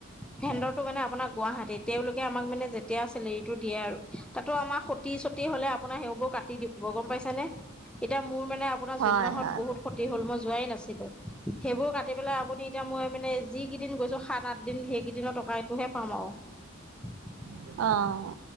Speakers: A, in the centre; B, on the right.
A: ভেন্দৰটো মানে আপোনাক গুৱাহাটীত, তেওঁলোকে আমাক মানে যেতিয়া চেলেৰিটো দিয়ে আৰু তাতো আমাৰ সতি-চতি হ'লে আপোনাৰ সেইবোৰ কাটি দিব। ব গম পাইছ নে, এতিয়া মোৰ মানে আপোনাৰ
B: হয়
A: জুন মাহত
B: হয়
A: বহুত ক্ষতি হ'ল, মই যোৱাই নাছিলো। সেইবোৰ কাটি পেলাই আপুনি এতিয়া মই মানে যি কেইদিন গৈছো, সাত, আঠ দিন, সেইকেইদিনৰ টকাটোহে পাম আৰু।
B: অ।